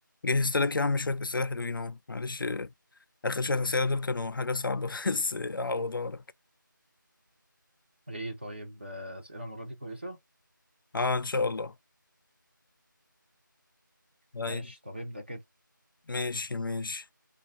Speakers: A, on the left (about 75°); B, on the right (about 30°).
A: جهزت لك يا عم شوية أسئلة حلوين أهو معلش آه، آخر شوية أسئلة دول كانوا حاجة صعبة <laughs> بس أعوضها لك
B: ايه طيب آه، اسئله المره دي كويسه
A: أه إن شاء الله طيب
B: ماشي طب ابدأ كده
A: ماشي ماشي